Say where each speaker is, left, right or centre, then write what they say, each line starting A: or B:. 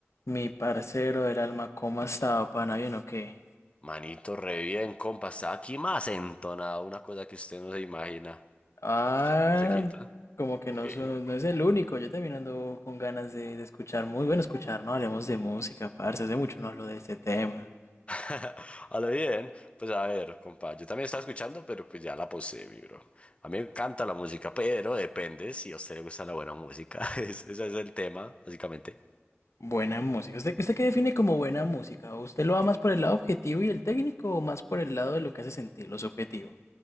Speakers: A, on the left; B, on the left.
A: Mi parcero del alma, ¿cómo ha estado, pana? ¿Bien o qué?
B: Manito, re bien, compa. Está aquí más entonado, una cosa que usted no se imagina.
A: Ah,
B: Está escuchando musiquita.
A: como que no,
B: Sí.
A: so- no es el único. Yo también ando con ganas de, de escuchar muy bueno escuchar, ¿no? Hablemos de música, parce. Hace mucho no hablo de este tema.
B: <laughs> A lo bien, pues a ver, compa. Yo también estaba escuchando, pero pues ya la pausé, mi bro. A mí me encanta la música, pero depende si a usted le gusta la buena música. <laughs> Ese ese es el tema, básicamente.
A: Buena música. ¿Usted, usted qué define como buena música? ¿Usted lo va más por el lado objetivo y el técnico o más por el lado de lo que hace sentir, lo subjetivo?